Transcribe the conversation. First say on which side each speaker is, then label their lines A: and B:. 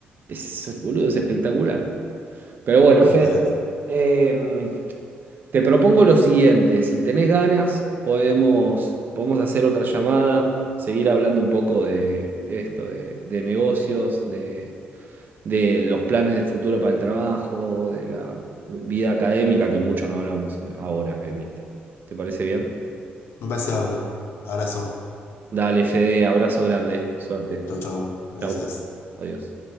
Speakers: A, on the right; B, on the left.
A: Es, boludo, es espectacular. Pero bueno, Fede,
B: olvídate.
A: em, Te propongo lo siguiente, si tenés ganas, podemos, podemos hacer otra llamada, seguir hablando un poco de esto, de, de negocios, de, de los planes del futuro para el trabajo, de la vida académica, que mucho no hablamos ahora en esta. ¿Te parece bien?
B: Me parece bárbaro. Abrazo.
A: Dale, Fede, abrazo grande, suerte.
B: Chau, chau. Gracias.
A: Chau, adiós.